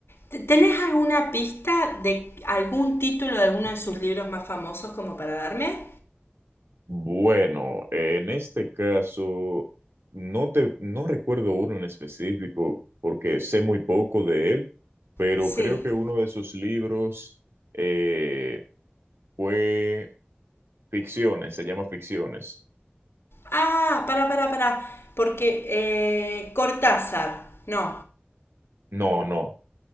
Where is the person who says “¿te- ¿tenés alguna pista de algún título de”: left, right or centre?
Left